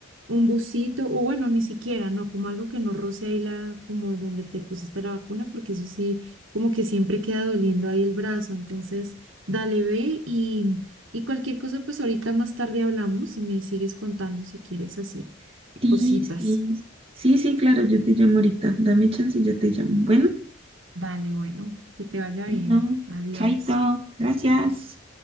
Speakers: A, on the right (about 70°); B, on the right (about 25°).
A: un busito, o bueno, ni siquiera, no, como algo que no roce ahí la, como donde te pusiste la vacuna, porque eso sí, como que siempre queda doliendo ahí el brazo. Entonces, dale, ve y, y cualquier cosa, pues ahorita más tarde hablamos y me sigues contando si quieres así,
B: Sí,
A: cositas.
B: sí, sí, sí, claro, yo te llamo ahorita. Dame chance y yo te llamo. Bueno,
A: Dale, bueno, que te vaya
B: bueno,
A: bien. Adiós.
B: chaito, gracias.